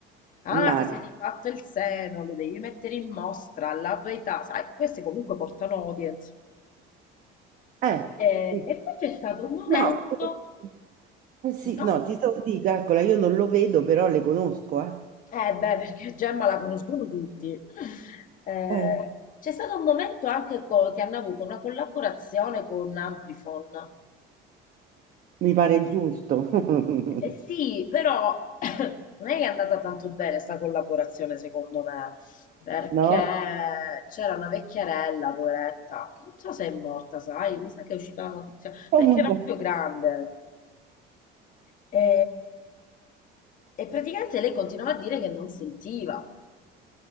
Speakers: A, on the left (about 40°); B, on the right (about 45°).
A: Ah,
B: immagino.
A: ti sei rifatto il seno, lo devi mettere in mostra alla tua età, sai, queste comunque portano audience.
B: Eh,
A: Eh,
B: sì.
A: e poi c'è stato un momento,
B: no, tu- eh sì,
A: no?
B: no, ti devo dire, calcola, io non lo vedo, però le conosco, eh.
A: Eh beh, perché Gemma la conoscono tutti. Eh,
B: Eh,
A: c'è stato un momento anche co- che hanno avuto una collaborazione con Amplifon.
B: mi pare giusto, <laughs>
A: Eh, sì, però <coughs> non è che è andata tanto bene sta collaborazione, secondo me, perché
B: no?
A: c'era una vecchierella, poveretta, che non so se è morta, sai, mi sa che è uscita la notizia,
B: Comunque,
A: perché era proprio grande. E, e praticamente lei continuava a dire che non sentiva.